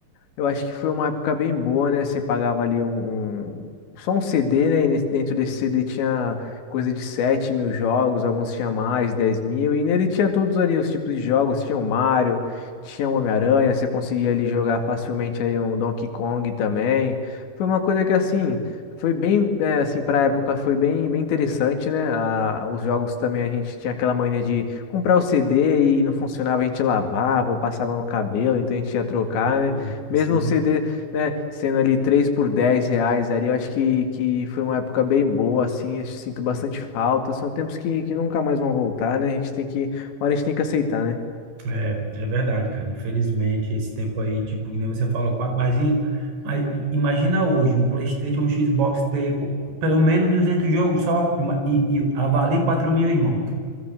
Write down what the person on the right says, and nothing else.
Uhum,
Sim,
é, é verdade, cara. Infelizmente, esse tempo aí, tipo, que nem você falou, quatro, mas, em- mas imagina hoje um PlayStation, um Xbox ter co- pelo menos 200 jogos só ima- e, e avalie quatro mil, irmão.